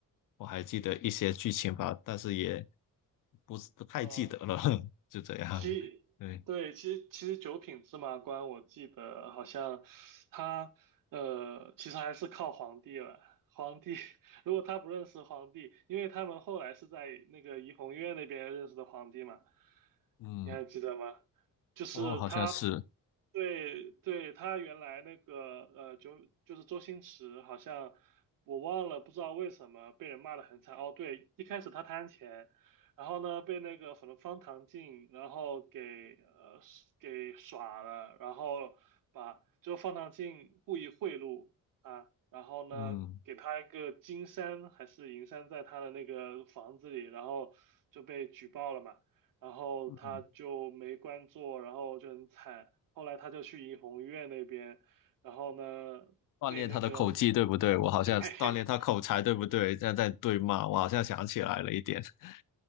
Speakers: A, on the left; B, on the right.
A: 我还记得一些剧情吧，但是也不是不太记得了，
B: 呃
A: <laughs> 就这样。
B: <laughs>，其对，
A: 对，
B: 其实其实九品芝麻官，我记得好像他呃，其实还是靠皇帝了。皇帝 <laughs> 如果他不认识皇帝，因为他们后来是在那个怡红院那边认识的皇帝嘛，
A: 嗯，
B: 你还记得吗？就是他
A: 哦，好像是，
B: 对对，他原来那个呃，就就是周星驰，好像我忘了，不知道为什么被人骂得很惨。哦，对，一开始他贪钱，然后呢被那个什么方唐镜，然后给呃给耍了，然后把就方唐镜故意贿赂啊，然后呢给他一个金山还是银山在他的那个房子里，
A: 嗯
B: 然后就被举报了嘛。然后他就没官做，
A: 嗯，
B: 然后就很惨。后来他就去怡红院那边，然后呢，
A: 锻炼他的口技，
B: 被那个，
A: 对不对？我好像锻炼他口才，
B: <laughs>
A: 对不对？现在在对骂，我好像想起来了一点。<laughs>